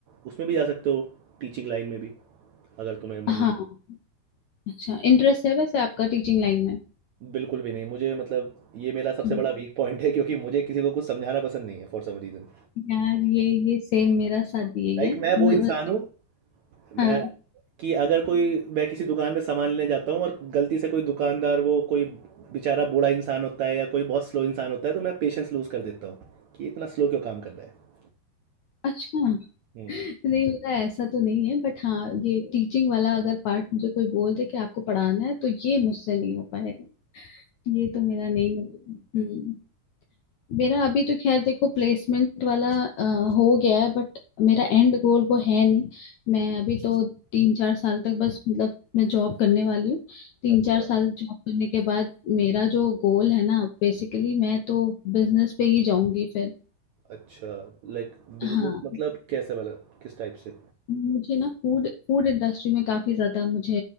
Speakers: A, on the right; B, on the left.
A: उसमें भी जा सकते हो टीचिंग लाइन में भी अगर तुम्हें मन
B: हाँ
A: है तो।
B: अच्छा इंटरेस्ट है वैसे आपका टीचिंग लाइन में
A: बिल्कुल भी नहीं मुझे मतलब ये मेरा सबसे
B: हम्म।
A: बड़ा वीक पॉइंट है क्योंकि मुझे किसी को कुछ समझाना पसंद नहीं है फॉर सम रीज़न
B: यार ये ये सेम मेरा साथ ये
A: लाइक
B: है
A: मैं
B: म-
A: वो इंसान
B: म-
A: हूँ
B: हाँ
A: मैं कि अगर कोई मैं किसी दुकान में सामान लेने जाता हूँ और गलती से कोई दुकानदार वो कोई बेचारा बूढ़ा इंसान होता है या कोई बहुत स्लो इंसान होता है तो मैं पेशेंस लूज़ कर देता हूँ कि ये इतना स्लो क्यों काम कर रहा है
B: अच्छा
A: हम्म
B: <laughs> नहीं मेरा ऐसा तो नहीं है बट हाँ ये टीचिंग वाला अगर पार्ट मुझे कोई बोल दे कि आपको पढ़ाना है तो ये मुझसे नहीं हो पाएगा ये तो मेरा नहीं है हम्म मेरा अभी तो खैर देखो प्लेसमेंट वाला अ, हो गया है बट मेरा एंड गोल वो है नहीं मैं अभी तो तीन चार साल तक बस मतलब मैं जॉब करने वाली हूँ तीन
A: अच्छा
B: चार साल जॉब करने के बाद मेरा जो गोल है ना बेसिकली मैं तो बिजनेस पे ही जाऊंगी फिर
A: अच्छा लाइक
B: हाँ
A: बिजनेस मतलब कैसे वाला किस टाइप से
B: मुझे ना फूड फूड इंडस्ट्री में काफी ज्यादा मुझे